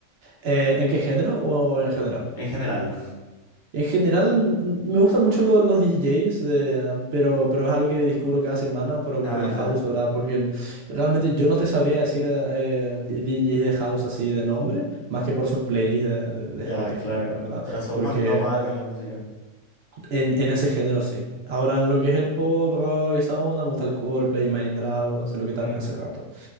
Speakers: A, on the right (about 65°); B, on the left (about 75°).
A: Eh, ¿en qué género o en general?
B: En general.
A: En general, m- me gustan mucho los, los DJs, de- pero, pero es algo que descubro cada semana por,
B: Ah,
A: por el house,
B: ya,
A: ¿verdad? Porque n- realmente yo no te sabría decir eh, di- DJs de house así de nombre, más que por sus playlists de, de- de
B: ya,
A: Spotify,
B: claro.
A: ¿verdad?
B: O sea, sos
A: Porque
B: más nómada con la música.
A: en, en ese género sí. Ahora en lo que es el pop, rock, esa onda, me gusta el Coldplay, Imagine Dragons, es lo que te
B: Mm.
A: hablé hace rato.